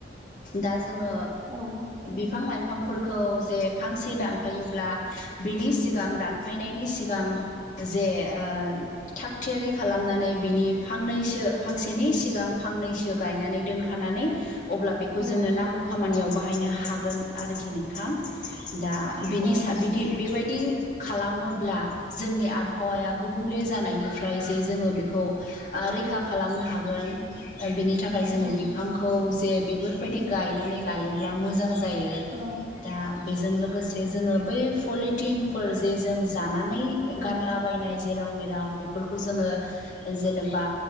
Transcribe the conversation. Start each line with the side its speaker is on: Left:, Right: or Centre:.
Left: दा जोङो
Right: औ थारैनो
Left: बिफां लाइफांफोरखौ जे फांसे दान थफायोब्ला बिनि सिगां दान थफायनायनि सिगां जे थाग थयारि खालामनानै बिनि फांनै ो फांसेनि सिगां फांनैसो गायनानै दोनखानानै अब्ला बेखौ
Right: औ
Left: जोंनो नांगौ खामानियाव बाहायनो हागोन आरोखि नोंथां दा बिनि
Right: औ
Left: स बिदि बेबायदि खालामोब्ला जोंनि आबहावाया गुबुंले जानायनिफ्राय जे जोङो बेखौ रैखा खालामनो हागोन। बिनि थाखाय जोङो
Right: औ
Left: बिफांखौ जे बेफोरबायदि गायनानै लायो। अ मोजां ज
Right: औ
Left: दा बेजों लोगोसे जोङो ब। तटिनफोर जे जों जानानै
Right: औ
Left: गारला। ायनाय जेराव मेराव बेफोरखौ जोङ जेनेबा